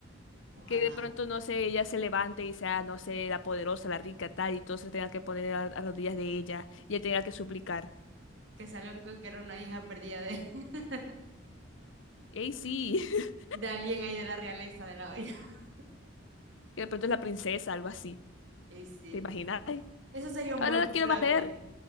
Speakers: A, on the right (about 65°); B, on the left (about 70°).
A: Ojalá.
B: Que de pronto, no sé, ella se levante y sea, no sé, la poderosa, la rica, tal, y todos se tengan que poner a, a rodillas de ella y ella tenga que suplicar.
A: Que salgan con que era una hija perdida de, <laughs>
B: ¡Ey, sí! <laughs>
A: de alguien ahí de la realeza de la vaina. <laughs>
B: Que de pronto es la princesa, algo así.
A: Y sí.
B: ¿Te imaginas? Ay,
A: Eso sería un
B: Ahora
A: buen
B: la quiero
A: plot
B: valer.
A: twist.